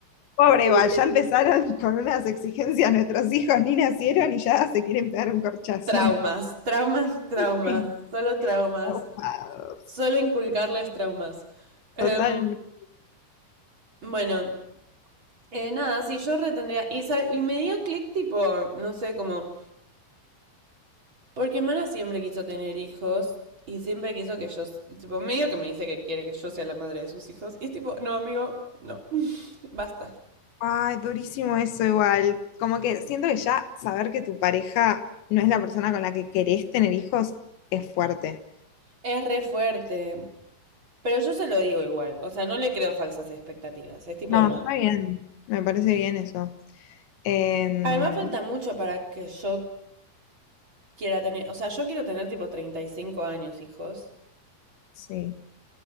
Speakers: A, on the left; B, on the right.
A: Pobre
B: Literal.
A: igual, ya empezaron con unas exigencias, nuestros hijos ni nacieron y ya se quieren pegar un corchazo.
B: Traumas, traumas, traumas,
A: <laughs>
B: solo traumas,
A: Estafados,
B: solo inculcarles traumas. Em,
A: Totalmente.
B: bueno, eh, nada, sí, yo retendría. Y, sa- y me dio clic tipo, no sé, como, porque Mana siempre quiso tener hijos y siempre quiso que yo, s- tipo, medio que me dice que quiere que yo sea la madre de sus hijos. Y es tipo, no, amigo, no, <laughs> basta.
A: Ay, durísimo eso igual. Como que siento que ya saber que tu pareja no es la persona con la que querés tener hijos es fuerte.
B: Es re fuerte. Pero yo se lo digo igual, o sea, no le creo falsas expectativas, es tipo,
A: No,
B: no.
A: Claro. está bien. Me parece bien eso. Em,
B: Además falta mucho para que yo quiera tener, o sea, yo quiero tener tipo 35 años, hijos.
A: sí.